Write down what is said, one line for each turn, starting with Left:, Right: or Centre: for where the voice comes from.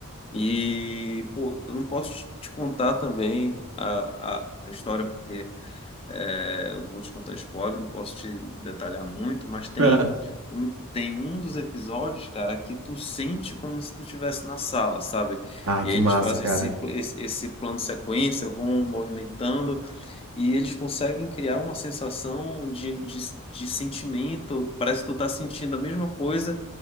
Left: E, pô, eu não posso te te contar também a, a, a história, porque é, eu vou te contar spoiler, não posso te detalhar muito, mas tem
Right: <laughs>
Left: um, tem um dos episódios, cara, que tu sente como se tu estivesse na sala, sabe?
Right: Ah,
Left: E
Right: que
Left: aí eles
Right: massa,
Left: fazem
Right: cara.
Left: esse, pl- esse, esse plano sequência, vão movimentando, e eles conseguem criar uma sensação de, de, de sentimento, parece que tu tá sentindo a mesma coisa